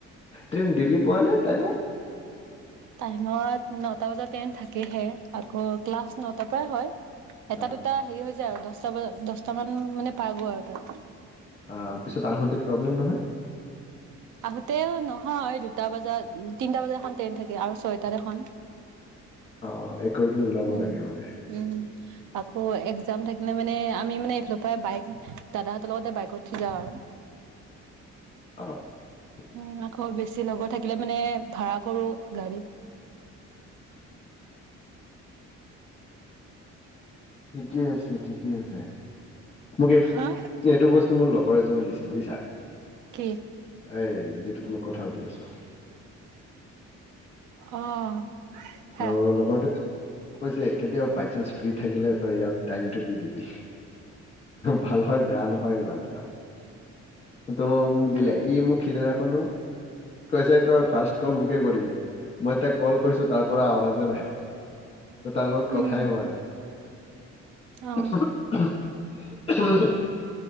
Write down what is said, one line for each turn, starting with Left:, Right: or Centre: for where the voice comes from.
Left: ট্ৰেইন দেইলি পোৱা নে টাইমত?
Right: টাইমত নটা বজাত টন থাকেহে আকৌ ক্লাছ নটাৰ পৰাই হয়। এটা
Left: অ
Right: দুটা হেৰি হৈ যায় আৰু দহটা বজাত দহটা মান মানে পাই গৈ আৰু তাত।
Left: অ পিছত আহঁতে প্ৰব্লেম নহয়?
Right: আহোতেও নহয় দুটা বজাত, তিনিটা এখন থাকে আৰু ছয়টা এখন।
Left: অ এক <unintelligible> ওলাব
Right: উম
Left: লাগে মানে।
Right: উম আকৌ একজাম থাকিলে মানে আমি মানে এইফালৰ পৰা বাইক দাদাহঁতৰ লগতে বাইক উঠি যাওঁ আৰু।
Left: অ'। ঠিক আছে।
Right: উ আকৌ বেছি লগৰ থাকিলে মানে ভাৰা কৰো গাড়ী।
Left: ঠিকে আছে ঠিকে আছে। মোক এইটো,
Right: হা
Left: এইটো বস্তু মোৰ লগৰ এজনে দিছে বুজিছা?
Right: কি
Left: এ যিটোত মই কথা পাতি আছো?
Right: অ'। হা
Left: ত' লগৰতে কৈছে কেতিয়া বাই চানস ফ্ৰী থাকিলে তই ইয়াত টাইমটো দি দিবি, ভাল হয় বেয়া নহয় ইমান এটা তো মুখ দিলে ই মুক সেইদিনাখনো কৈছে কয় ফাৰ্ষ্ট কল মোকে কৰিবি, মই তাক কল কৰিছো তাৰ পৰা আৱাজে নাহে, ত তাৰ লগত কথাই
Right: উম
Left: হোৱা নাই।
Right: অ
Left: <inaudible> <unintelligible>